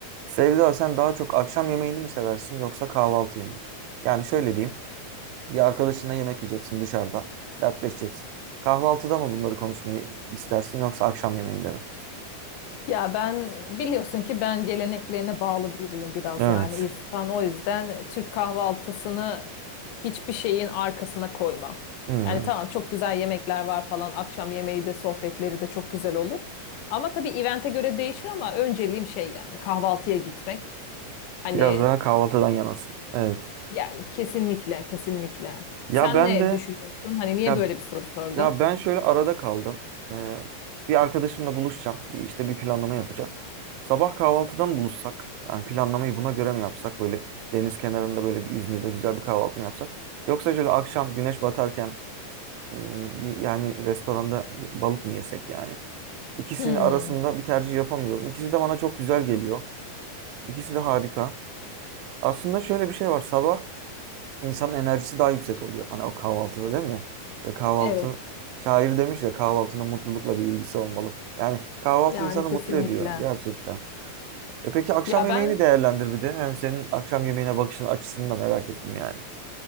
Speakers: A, on the right (about 80°); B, on the left (about 75°).
A: Sevda sen daha çok akşam yemeğini mi seversin yoksa kahvaltıyı mı? Yani şöyle diyeyim. Bir arkadaşınla yemek yiyeceksin dışarıda. Dertleşeceksin. Kahvaltıda mı bunları konuşmayı istersin yoksa akşam yemeğinde mi?
B: Ya ben biliyorsun ki ben geleneklerine bağlı biriyim biraz
A: Evet.
B: yani İrfan. O yüzden Türk kahvaltısını hiçbir şeyin arkasına koymam.
A: Hmm,
B: Yani tamam çok güzel yemekler var falan. Akşam yemeği de sohbetleri de çok güzel olur. Ama tabii evente göre değişir ama önceliğim şey yani kahvaltıya gitmek. Hani
A: Biraz daha kahvaltıdan yanasın. Evet.
B: yani kesinlikle kesinlikle.
A: Ya
B: Sen
A: ben
B: ne
A: de
B: düşünüyorsun? Hani niye
A: ya
B: böyle bir soru sordun?
A: Ya ben şöyle arada kaldım. Ee, bir arkadaşımla buluşacağım. Bir- İşte bir planlama yapacağız. Sabah kahvaltıdan buluşsak, yani planlamayı buna göre mi yapsak? Böyle deniz kenarında böyle bir İzmir'de güzel bir kahvaltı mı yapsak? Yoksa şöyle akşam güneş batarken ım, bir yani restoranda balık mı yesek yani? İkisinin
B: Hmm,
A: arasında bir tercih yapamıyorum. İkisi de bana çok güzel geliyor. İkisi de harika. Aslında şöyle bir şey var. Sabah İnsanın enerjisi daha yüksek oluyor. Hani o kahvaltıda değil mi? Ve kahvaltı
B: evet
A: şair demiş ya kahvaltının mutlulukla bir ilgisi olmalı. Yani kahvaltı
B: yani
A: insanı
B: kesinlikle.
A: mutlu ediyor gerçekten. E peki akşam
B: Ya
A: yemeğini
B: ben
A: değerlendir bir de. Yani senin akşam yemeğine bakışın açısını da merak ettim yani.